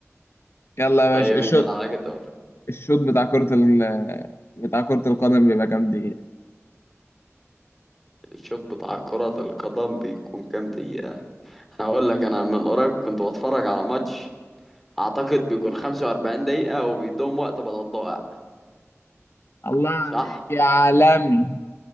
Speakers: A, on the left; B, in the centre.
A: يلا يا باشا
B: طيب
A: الشوط
B: انت اللي عليك الدور
A: الشوط بتاع كرة ال بتاع كرة القدم بيبقى كام دقيقة
B: الشوط بتاع كرة القدم بيكون كام دقيقة انا اقول لك انا من قريب كنت بتفرج على ماتش اعتقد بيكون 45 دقيقة وبيدوم وقت بدل ضائع
A: الله عليك
B: صح
A: يا عالمي